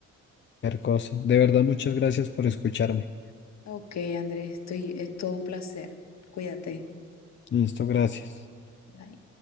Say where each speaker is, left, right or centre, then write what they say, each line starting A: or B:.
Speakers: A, on the left (about 40°); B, on the left (about 60°).
A: cualquier cosa. De verdad, muchas gracias por escucharme.
B: Ok, Andrés, estoy, es todo un placer. Cuídate.
A: Listo, gracias.
B: Bye.